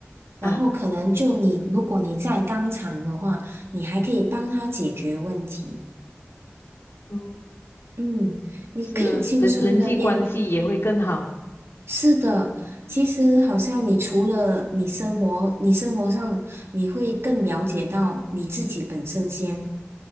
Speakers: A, on the right; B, on the left.
A: 然后可能就你，
B: 啊，
A: 如果你在当场的话，你还可以帮他解决问题。
B: 嗯，
A: 嗯，你可以轻松的面。
B: 是啊，人人际关系也会更好啊
A: 是的，其实好像你除了你生活，你生活上你会更了解到你自己本身先。